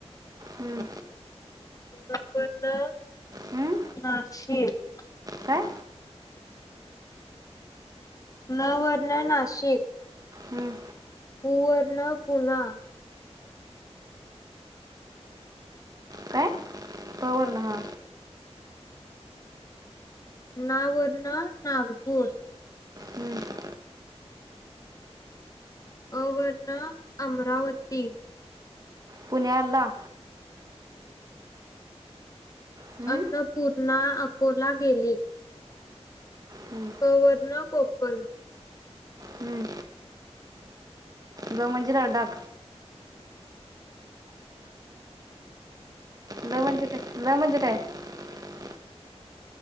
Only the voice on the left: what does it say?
न वरण
नाशिक
नवर्ण नाशिक
पु वरण पुना
ना वरण नागपूर
अ वरण अमरावती
अन्नपूर्णा अकोला गेले
क वरण कोकण